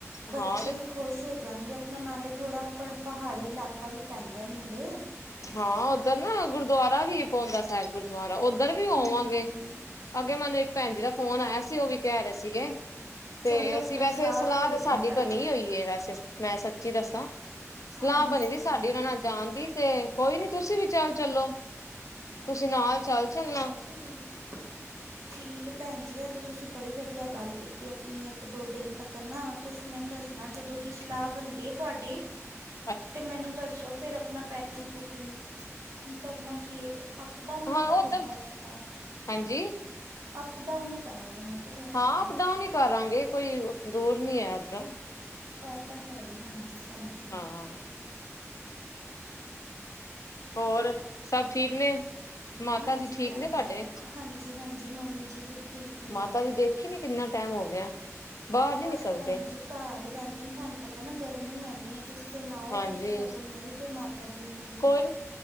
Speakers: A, on the right; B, on the left.
A: ਬੱਚੇ
B: ਹਾਂ ਤੇ
A: ਖੁਸ਼ ਹੋ ਜਾਣਗੇ, ਆਪਣਾ ਨਾਲੇ ਥੋੜਾ ਪਹਾੜੀ ਇਲਾਕਾ ਵੀ ਪੈਂਦਾ ਹੈ ਨੇੜੇ
B: ਹਾਂ ਉੱਧਰ ਨਾ ਗੁਰਦੁਆਰਾ ਵੀ ਪਾਉਂਦਾ ਸਾਹਿਬ ਗੁਰਦੁਆਰਾ ਉੱਧਰ ਵੀ ਆਵਾਂਗੇ।
A: ਹੂੰ
B: ਅੱਗੇ ਮੈਨੂੰ ਇੱਕ ਭੈਣ ਜੀ ਦਾ ਫ਼ੋਨ ਆਇਆ ਸੀ, ਉਹ ਵੀ ਕਹਿ ਰਹੇ ਸੀਗੇ। ਤੇ
A: ਚੱਲ ਆਪਣਾ
B: ਅਸੀਂ ਵੈਸੇ
A: ਸਾਥ
B: ਸਲਾ
A: ਹੋ
B: ਤੇ ਸਾਡੀ਼
A: ਜਾਂਦਾ ਹੈ।
B: ਬਨੀ ਔਈ ਏ, ਵੈਸੇ ਮੈਂ ਸੱਚੀ ਦੱਸਾਂ। ਸਲਾ
A: ਹਾਂਜੀ
B: ਬਨੀ ਜੇ ਸਾਡੀ ਉਨਾਂ ਨਾਲ ਜਾਨ ਦੀ ਤੇ ਕੋਈ ਨੀ ਤੁਸੀਂ ਵੀ ਚੱਲ ਚੱਲੋ। ਤੁਸੀਂ ਨਾਲ ਚੱਲ ਚੱਲਨਾ।
A: <unintelligible> ਠੀਕ ਏ ਭੈਣ ਜੀ ਐ ਤੇ ਤੁਸੀਂ ਬੜੀ ਵਧੀਆ ਗਾੱਲ ਕੀਤੀ ਆਪਨੀ ਇੱਕ ਦੋ ਦਿਨ ਤੱਕ ਨਾ ਤੁਸੀਂ ਮੈਨੂੰ ਦੱਸਨਾ, ਜਦੋਂ ਦੀ ਸਲਾ ਬਨਦੀਏ ਤੁਆਡੀ।
B: <inaudible>
A: ਤੇ ਮੈਨੂੰ ਦੱਸੋ ਫਿਰ ਆਪਨਾ ਪੈਕਿੰਗ -ਪੁਕਿੰਗ, ਕਰਨਾ ਕੀ ਏ। ਅਪ ਡਾਊਨ
B: ਹਾਂ
A: ਨੀ ਕਰਨਾ
B: ਉੱਧਰ
A: ਐ ਵੈਸੇ ਤਾਂ,
B: ਹਾਂਜੀ
A: ਅਪ ਡਾਊਨ ਨੀ ਕਰਾਂਗੀ ਮੈਂ। ਕਿਹਾ ਵੈਸੇ
B: ਹਾਂ
A: ਤਾਂ
B: ਅਪ-ਡਾਊਨ ਈ ਕਰਾਂਗੇ ਕੋਈ, ਦੂਰ ਨੀ ਐ ਐਦਰੋਂ।
A: ਇਹ ਤਾਂ ਹੈ ਹੀ ਹਾਂਜੀ ਭੈਣ ਜੀ।
B: ਹਾਂ। ਹੋਰ ਸਭ ਠੀਕ ਨੇ, ਮਾਤਾ
A: ਹਾਂਜੀ
B: ਜੀ ਠੀਕ
A: ਭੈਣ
B: ਨੇ ਤੁਆਡੇ?
A: ਜੀ ਹਾਂਜੀ -ਹਾਂਜੀ ਮੰਮੀ ਜੀ ਵੀ ਠੀਕ ਨੇ
B: ਮਾਤਾ ਜੀ ਦੇਖੀ ਨੀ ਕਿੰਨਾ ਟਾਈਮ ਹੋ ਗਿਆ। ਬਾਹਰ ਨੀ
A: ਬਾਸ
B: ਨਿਕਲਦੇ
A: ਭੈਣ ਜੀ ਕਾਰ ਈ ਰੈਂਦੇ ਨੇ ਤੁਹਾਨੂੰ ਪਤਾ ਨਾ ਗਰਮੀ ਐਨੀ ਕਿਸੇ ਦਿਨ ਆਔ
B: ਹਾਂਜੀ
A: ਤੁਸੀਂ ਸਗੋਂ ਮਿਲ ਜੋ ਮਾਤਾ ਜੀ ਨੂੰ ਵੀ
B: ਕੋਈ